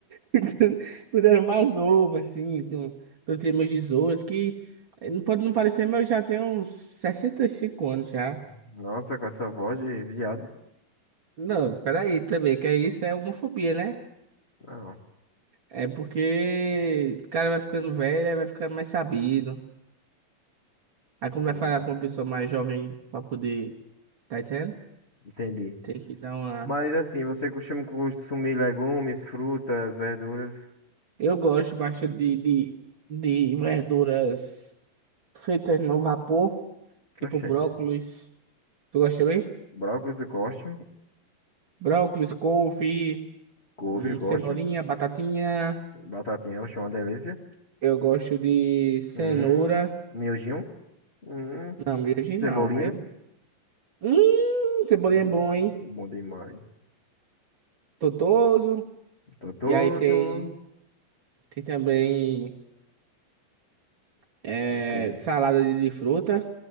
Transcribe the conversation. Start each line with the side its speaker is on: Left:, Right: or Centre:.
Right: <laughs> Quando eu era mais novo, assim. com- Eu tinha meus 18, que eh, não pode não parecer, mas eu já tenho uns 65 anos já.
Left: <laughs> Nossa, com essa voz de viado.
Right: Não, peraí também, que aí isso é homofobia, né?
Left: Não,
Right: É porque o cara vai ficando velho, aí vai ficando mais sabido. Aí como
Left: sim,
Right: vai falar com uma pessoa mais jovem pra poder. Tá entendendo?
Left: entendi.
Right: Tem que dar uma.
Left: Mas assim, você costuma consumir legumes, frutas, verduras?
Right: Eu gosto bastante de, de, de verduras feitas no vapor, tipo
Left: Oxente.
Right: brócolis. Tu gosta também?
Left: Brócolis eu gosto.
Right: Brócolis, couve,
Left: Couve
Right: hum,
Left: eu gosto.
Right: cenourinha, batatinha.
Left: Batatinha, oxe, uma delícia.
Right: Eu gosto de cenoura.
Left: Hum, miojinho. Hum,
Right: Não, miojo
Left: cebolinha.
Right: não. Aí... Hum, cebolinha
Left: Hum,
Right: é bom, hein?
Left: bom demais.
Right: Totoso.
Left: Gostoso.
Right: E aí tem, tem também é,
Left: Ok.
Right: salada de, de fruta.